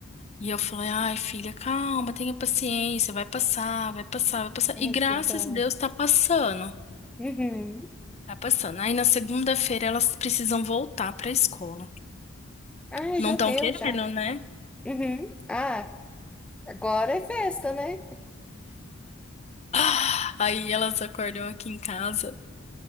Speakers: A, on the left; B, in the centre.
A: E eu falei, ai, filha, calma, tenha paciência, vai passar, vai passar, vai passar. E
B: Ai,
A: graças
B: que dó.
A: a Deus tá passando,
B: Uhum.
A: tá passando. Aí na segunda-feira elas precisam voltar pra escola.
B: Ai,
A: Não
B: já
A: estão
B: deu,
A: querendo,
B: já.
A: né?
B: Uhum. Ah, agora é festa, né?
A: <gasps> Ah, Aí elas acordam aqui em casa.